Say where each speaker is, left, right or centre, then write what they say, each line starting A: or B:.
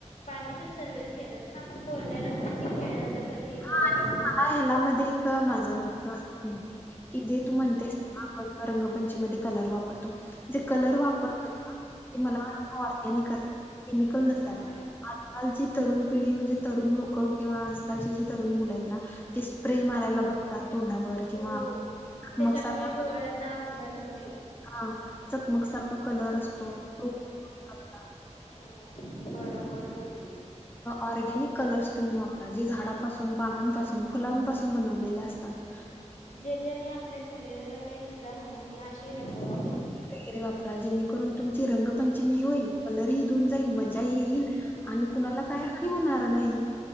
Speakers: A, on the left (about 80°); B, on the left (about 15°).
A: पाणी तर सर्वच खेळतात पण आपण कोरड्या रंगानी खेळल्याल कधी ही
B: हा
A: बरं
B: आणि मग मला ह्याला मध्ये माझं महत्वाचं म्हणण आहे की जे तू म्हणतेस ना आपण रंगपंचमी मध्ये कलर वापरतो जे कलर वापरतोय ना ते मला वाटतं ऑरगॅनिक असावे केमिकल नसावे
A: हा
B: आजकालची तरुण पिढी म्हणजे तरुण लोक किंवा आजकाल जी तरुण मुल आहेत ना ते स्प्रे मारायला बघतात तोंडावर किंवा
A: हो
B: चकमक
A: त्याच्यामुळे
B: सारखा
A: डोळ्यांना अपघात होऊ शकतो
B: कलर चकमक सारखं कलर असतो तो कमी करतात.
A: हो बरोबर बोललीस.
B: ऑरगॅनिक कलर्स तुम्ही वापरा जे झाडापासून पानांपासून फुलांपासून बनवलेला असतात तात.
A: ज्याच्याने आपल्या शरीराला काही इजा होणार नाही अशे रंग वापरा.
B: वगैरे वापरा जेणेकरून तुमची रंगपंचमी ही होईल कलरही धून जाईल मजा ही येईल. आणि कुणाला काय हानी होणार नाही.